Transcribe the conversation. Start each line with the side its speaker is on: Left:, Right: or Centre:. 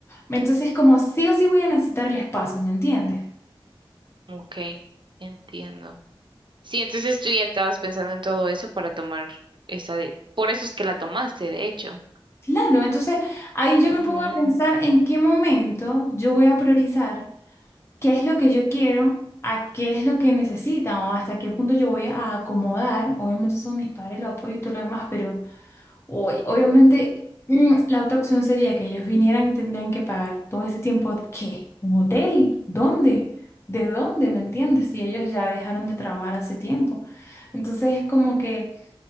Left: Entonces, como sí o sí voy a necesitar el espacio, ¿me entiendes?
Right: Ok, entiendo. Sí, entonces tú ya estabas pensando en todo eso para tomar esa de... Por eso es que la tomaste, de hecho.
Left: Claro, entonces ahí yo me
Right: Ujú,
Left: pongo a pensar en qué momento yo voy a priorizar. qué es lo que yo quiero, a qué es lo que necesitan o hasta qué punto yo voy a acomodar. Obviamente son mis padres, los apoyo y todo lo demás, pero hoy, obviamente mm, la otra opción sería que ellos vinieran y tendrían que pagar todo ese tiempo, ¿qué? ¿Un hotel? ¿Dónde? ¿De dónde? ¿Me entiendes? Si ellos ya dejaron de trabajar hace tiempo. Entonces es como que...